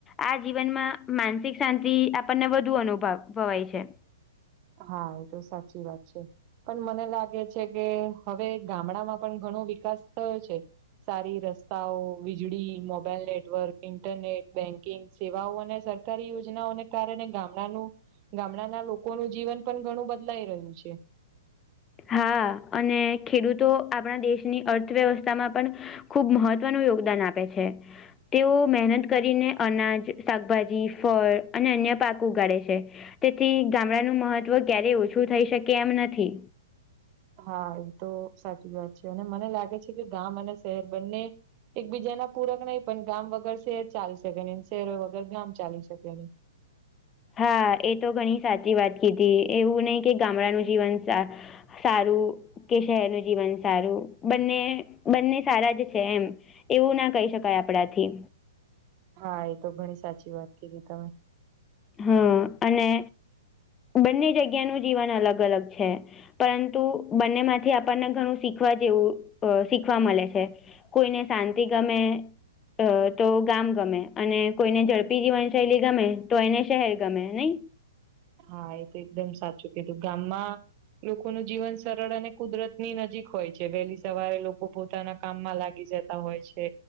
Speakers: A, on the left; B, on the right.
A: આ જીવનમાં્ માનસિક શાંતિ આપણને વધુ અનુભવ ભવાય છે.
B: હા, એ તો સાચી વાત છે. પણ મને લાગે છે કે, હવે ગામડામાં પણ ઘણો વિકાસ થયો છે. સારી રસ્તાઓ, વીજળી, મોબાઈલ નેટવર્ક, ઇન્ટરનેટ બેંકિંગ. સેવાઓ અને સરકારી યોજનાઓને કારણે ગામડાનું ગામડાના લોકોનું. જીવન પણ ઘણું બદલાઈ રહ્યું છે.
A: હા અને ખેડૂતો આપણા દેશની અર્થવ્યવસ્થામાં પણ. ખુબ મહત્વનું યોગદાન આપે છે. તેઓ મહેનત કરીને અનાજ, શાકભાજી, ફળ અને અન્ય પાક ઉગાડે છે. તેથી ગામડાનું મહત્વ ક્યારેય ઓછું થઈ શકે એમ નથી.
B: હા એ તો સાચી વાત છે, અને મને લાગે છે કે ગામ અને શહેર બંને. એકબીજાના પૂરક નહીં પણ ગામ વગર શહેર ચાલી શકે નહી, ને શહેરો વગર ગામ ચાલી શકે નહી.
A: હા એ તો ઘણી સાચી વાત કીધી, એવું નહી કે ગામડાનું જીવન સારું કે શહેરનું જીવન સારું, બંને બંને સારા જ છે એમ. એવું ના કહી શકાય આપણાથી.
B: હા, એ તો ઘણી સાચી વાત કીધી તમે.
A: હમ્મ અને બંને જગ્યાનું જીવન અલગ-અલગ છે. પરંતુ, બંનેમાંથી આપણને ઘણું શીખવા જેવું શીખવા મળે છે. કોઈને શાંતિ ગમે. અ તો ગામ ગમે અને કોઈને ઝડપી જીવનશૈલી ગમે. તો એને શહેર ગમે નય.
B: હા એ તો એકદમ સાચું કીધું, ગામમાં લોકોનું જીવન સરળ અને કુદરતની નજીક હોય છે, વહેલી સવારે લોકો પોતાના કામમાં લાગી જતા આ હોય છે.